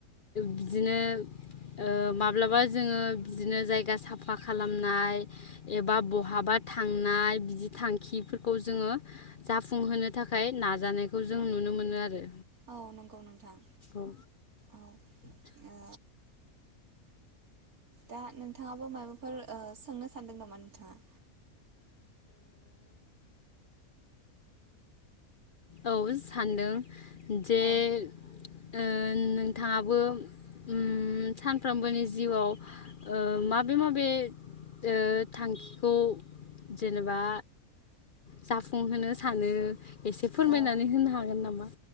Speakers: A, on the left (about 50°); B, on the right (about 85°).
A: बिदिनो ओ माब्लाबा जोङो ओ बिदिनो जायगा साफा खालामनाय एबा बहाबा थांनाय बिदि थांखिफोरखौ जोङो जाफुंहोनो थाखाय नाजानायखौ जों नुनो मोनो आरो।
B: औ नंगौ नोंथां।
A: ओ
B: औ ओ दा नो नोंथाङाबो माबाफोर सोंनो सो सानदों नामा नोंथाङा?
A: औ सान्दों। जे
B: औ
A: ओ नोंथाङाबो ओम सानफ्रोमबोनि जिउआव ओ माबे माबे ओ थांखिखौ जेनेबा जाफुंहोनो सानो एसे फोरमायनानै
B: औ
A: होनो हागोन नामा?